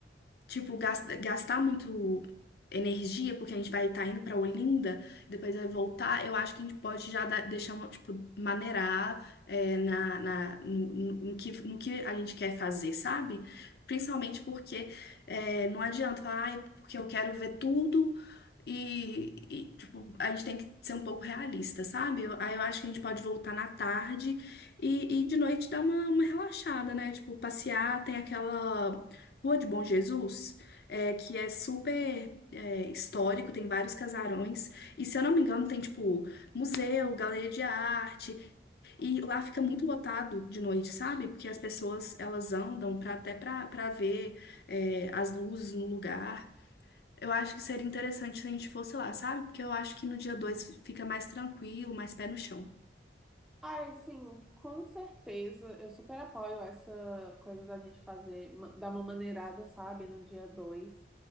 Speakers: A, on the left; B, in the centre.
A: tipo, gas- gastar muito energia, porque a gente vai estar indo pra Olinda, depois vai voltar, eu acho que a gente pode já dar- deixar, uma, tipo, maneirar é, na, na- no, no- no que, no que a gente quer fazer, sabe? Principalmente porque é, não adianta falar, ai, porque eu quero ver tudo. E, e, tipo, a gente tem que ser um pouco realista, sabe? Eu, aí eu acho que a gente pode voltar na tarde e, e de noite dar uma, uma relaxada, né? Tipo, passear, tem aquela Rua de Bom Jesus, é, que é super é, histórico, tem vários casarões, e se eu não me engano, tem tipo museu, galeria de arte, e lá fica muito lotado de noite, sabe? Porque as pessoas elas andam pra, até pra, pra ver é, as luzes no lugar. Eu acho que seria interessante se a gente fosse lá, sabe? Porque eu acho que no dia 2 fica mais tranquilo, mais pé no chão.
B: Ai, sim, com certeza. Eu super apoio essa coisa da gente fazer, ma- dar uma maneirada, sabe, no dia 2.